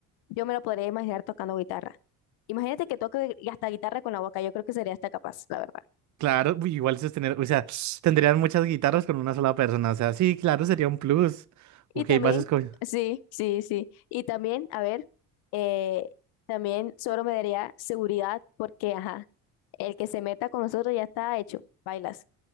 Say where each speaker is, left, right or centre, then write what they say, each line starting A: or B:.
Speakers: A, on the left (about 80°); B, on the right (about 50°).
A: Yo me lo podría imaginar tocando guitarra. Imagínate que toque y hasta guitarra con la boca. Yo creo que sería hasta capaz, la verdad.
B: Claro, uy, igual eso es tener, o sea, tendrían muchas guitarras con una sola persona, o sea, sí, claro, sería un plus.
A: Y
B: Ok,
A: también,
B: vas a escoger.
A: sí, sí, sí. Y también, a ver, eh, también solo me daría seguridad porque, ajá, el que se meta con nosotros ya está hecho. Bailas.